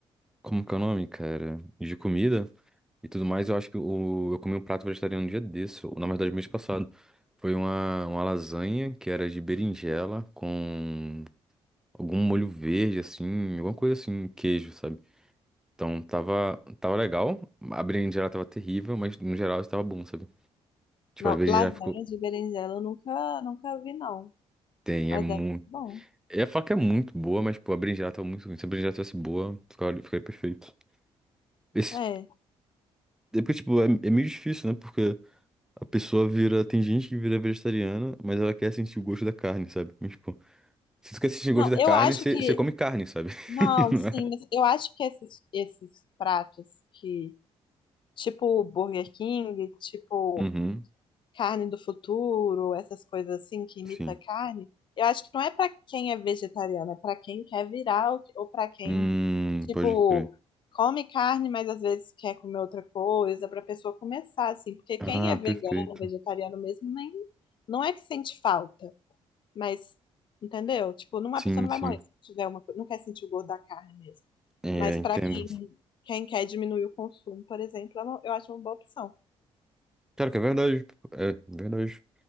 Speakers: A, in the centre; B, on the left.
A: Como que é o nome, cara? De comida. e tudo mais. Eu acho que o, eu comi um prato vegetariano um dia desse, ou, na verdade, mês passado. Foi uma, uma lasanha que era de berinjela com algum molho verde, assim, alguma coisa assim, queijo, sabe? Então tava, tava legal, a berinjela tava terrível, mas no geral estava bom, sabe? Tipo,
B: Não,
A: a berinjela
B: lasanha
A: ficou.
B: de berinjela eu nunca, nunca vi, não.
A: Tem,
B: Mas
A: é muito.
B: deve ser bom.
A: Eu ia falar que é muito boa, mas, pô, a berinjela tava muito ruim. Se a berinjela tivesse boa, ficaria, ficaria perfeito. Esse,
B: É.
A: é porque, tipo, é, é meio difícil, né? Porque. A pessoa vira. Tem gente que vira vegetariana, mas ela quer sentir o gosto da carne, sabe? Mas, tipo, se tu quer sentir
B: Não,
A: o gosto da
B: eu
A: carne,
B: acho
A: você
B: que.
A: você come carne, sabe?
B: Não,
A: <laughs> Não
B: sim,
A: é?
B: mas eu acho que esses, esses pratos que. Tipo Burger King, tipo
A: Uhum,
B: carne do futuro, essas coisas assim que imita
A: sim.
B: carne, eu acho que não é para quem é vegetariano, é para quem quer virar ou, ou para quem,
A: Hum,
B: tipo,
A: pode crer.
B: come carne, mas às vezes quer comer outra coisa, para pessoa começar assim, porque
A: Ah,
B: quem é vegano,
A: perfeito.
B: vegetariano mesmo, nem não é que sente falta, mas entendeu? Tipo, não,
A: Sim,
B: a pessoa não
A: sim.
B: vai morrer se tiver uma, co- não quer sentir o gosto da carne mesmo.
A: É,
B: Mas
A: entendo.
B: para quem quem quer diminuir o consumo, por exemplo, é uma- eu acho uma boa opção.
A: Claro que é verdade. tipo, É verdade.